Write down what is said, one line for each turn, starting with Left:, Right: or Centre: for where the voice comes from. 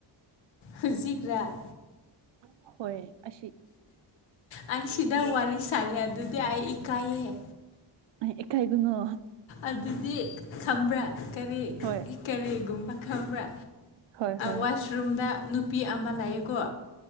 Left: ꯍꯧꯖꯤꯒ꯭ꯔꯥ
Right: ꯍꯣꯏ ꯑꯁꯤ
Left: ꯑꯩ ꯁꯤꯗ ꯋꯥꯔꯤꯂꯤꯁꯤ ꯆꯂꯦ ꯑꯗꯨꯗꯤ ꯑꯩ ꯏꯀꯥꯏꯑꯦ
Right: ꯑꯦ ꯀꯥꯏꯗꯨꯅꯣ
Left: ꯑꯗꯨꯗꯤ ꯈꯪꯕ꯭ꯔꯥ ꯀꯔꯤ
Right: ꯍꯣꯏ
Left: ꯀꯔꯤꯒꯨꯝꯕ ꯈꯪꯕ꯭ꯔ
Right: ꯍꯣꯏ ꯍꯣꯏ
Left: ꯋꯥꯁꯔꯨꯝꯗ ꯅꯨꯄꯤ ꯑꯃ ꯂꯥꯛꯑꯀꯣ